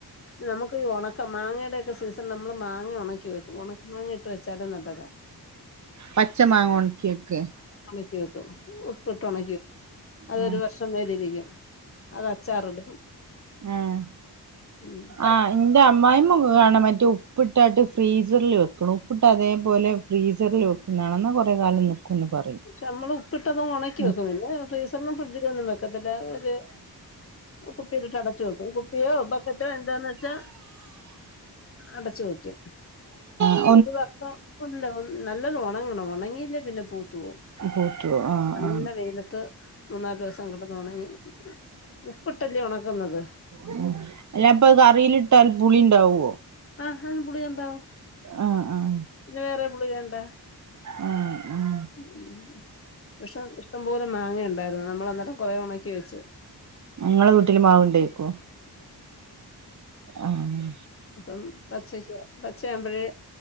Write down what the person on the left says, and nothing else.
നമ്മക്ക് ഈ ഒണക്ക മാങ്ങയുടെക്കെ സീസണ് നമ്മള് മാങ്ങ ഒണക്കി വെക്കും ഒണക്ക മാങ്ങ ഇട്ട് വെച്ചാലും നല്ലതാ
ക്കി വെക്കും ഉപ്പിട്ട് ഒണക്കി വെക്കും അതൊരു
വർഷം വരെ ഇരിയ്ക്കും അതച്ചാറിടും
ഉം
പക്ഷെ നമ്മള് ഉപ്പിട്ടതും ഒണക്കി
വെക്കും പിന്നെ ഫ്രീസറിലും ഫ്രിഡ്ജിലൊന്നും വെക്കത്തില്ല ഒരു കുപ്പിയിലിട്ട് അടച്ചു വെക്കും കുപ്പിയോ ബക്കറ്റോ എന്താന്ന് വെച്ചാ അടച്ച് വെക്കും
ഒരു വർഷം ഇല്ല നല്ലോണം ഒണങ്ങണം ഒണങ്ങിയില്ലേ പിന്നെ പൂത്തു പോവും
നല്ല
വെയിലത്ത് മൂന്നാല് ദിവസം കിടന്നൊണങ്ങി ഉപ്പിട്ടല്ല്യൊ ഒണക്കുന്നത്
ആഹ് പുളിയുണ്ടാവും
പിന്നെ വേറെ പുളി വേണ്ട
ഉം പക്ഷെ ഇഷ്ടംപോലെ മാങ്ങയുണ്ടായിരുന്നു നമ്മൾ അന്നേരം കൊറേ ഒണക്കി വെച്ചു
ഇപ്പം പച്ചയ്ക്കാ പച്ചയാവുമ്പഴേ